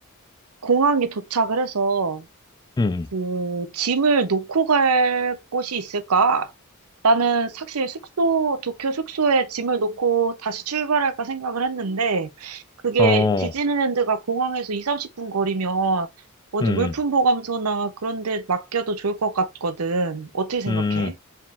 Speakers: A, on the right (about 80°); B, on the left (about 20°).
A: 공항에 도착을 해서
B: 음, 음.
A: 그, 짐을 놓고 갈 곳이 있을까? 나는 사실 숙소, 도쿄 숙소에 짐을 놓고 다시 출발할까 생각을 했는데, 그게
B: 음. 어,
A: 디즈니랜드가 공항에서 2, 30분 거리면 어디
B: 음,
A: 물품 보관소나 그런 데 맡겨도 좋을 것 같거든. 어떻게 생각해?
B: 음,